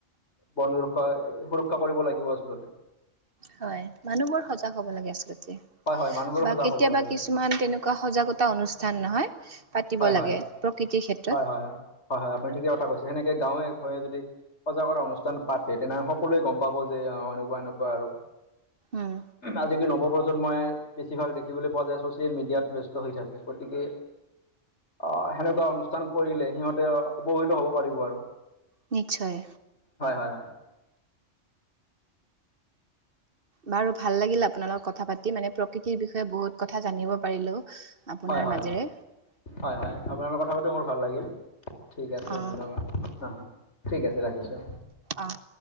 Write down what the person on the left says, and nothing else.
বন ৰুক্ষ সুৰক্ষা কৰিব লাগিব আচলতে।
হয় হয় মানুহবোৰ
সজাগ
হ'ব লাগে
হয় হয়
হয় হয় হয় হয়, আপুনি ঠিকে কথা কৈছে। সেনেকে গাঁৱে ভূঁইয়ে যদি সজাগতা অনুষ্ঠান পাতে তেনেহলে সকলোৱে গম পাব যে অঁ এনেকুৱা এনেকুৱা আৰু।
আজি কি নৱপ্ৰজন্মই বেছিভাগ দেখিবলৈ পোৱা যায় ছচিয়েল মিডিয়াত ব্যস্ত হৈ থাকে গতিকে আহ সেনেকুৱা অনুষ্ঠান কৰিলে সিহঁতে উপকৃত হব পাৰিব আৰু।
হয় হয় হয়
হয় হয়,
হয় হয়, আপোনাৰ লগত কথা পাতি মোৰ ভাল লাগিল। ঠিক আছে
ধন্যবাদ, আহ ঠিক আছে ৰাখিছো।